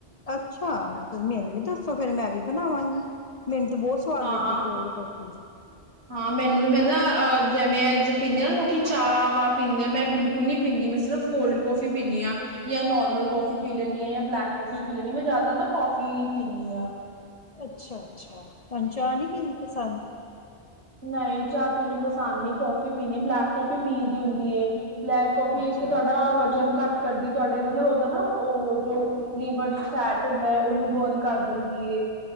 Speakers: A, on the left; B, on the right.
A: ਅੱਛਾ ਮੈਨੂੰ ਵੀ ਦੱਸੋ ਫੇਰ ਮੈਂ ਵੀ ਬਣਾਵਾਂਗੀ। ਮੈਨੂੰ ਤੇ ਬੋਤ ਸਵਾਦ
B: ਹਾਂ
A: ਲੱਗਦੀ ਕੋਲਡ ਕੌਫੀ।
B: <unintelligible> ਹਾਂ ਮੈਨੂੰ ਮੈਂ ਨਾ ਜਿਵੇਂ ਜੋ ਪੀਂਦੇ ਆ ਨਾ ਲੋਕੀ ਚਾ -ਵਾ ਪੀਂਦੇ ਆ। ਮੈਂ ਬਿਲਕੁਲ ਨੀ ਪੀਂਦੀ। ਮੈਂ ਸਿਰਫ ਕੋਲਡ ਕੋਫੀ ਪੀਨੀਂ ਆਂ। ਜਾਂ ਨੋਰਮਲ ਕੌਫੀ ਪੀ ਲੈਂਣੀ ਆ ਜਾਂ ਬਲੈਕ ਕੌਫੀ ਪੀ ਲੈਂਣੀ। ਮੈਂ ਜ਼ਿਆਦਾਤਰ ਨਾ ਕੌਫੀ ਈ ਪੀਂਨੀ ਆਂ।
A: ਅੱਛਾ-ਅੱਛਾ ਤਾਨੂੰ ਚਾ ਨੀ ਪੀਣੀ ਪਸੰਦ।
B: ਨਈ ਚਾ ਪੀਣੀ ਪਸੰਦ ਨੀ। ਕੌਫੀ ਪੀਣੀ ਬਲੈਕ ਕੌਫੀ ਪੀ ਦੀ ਹੁੰਦੀ ਏ। ਬਲੈਕ ਕੋਫੀ
A: ਅੱਛਾ
B: ਇਕ ਤੇ ਤੁਆਡਾ ਵਜਨ ਘੱਟ ਕਰਦੀ। ਤੁਆਡੇ ਮਲਬ ਓਦਾ ਨਾ ਓ ਜੋ ਲੀਵਰ ਚ ਫੈਟ ਹੁੰਦਾ ਹੈ ਉਹਨੂੰ ਬਰਨ ਕਰ ਦਿੰਦੀ ਹੈ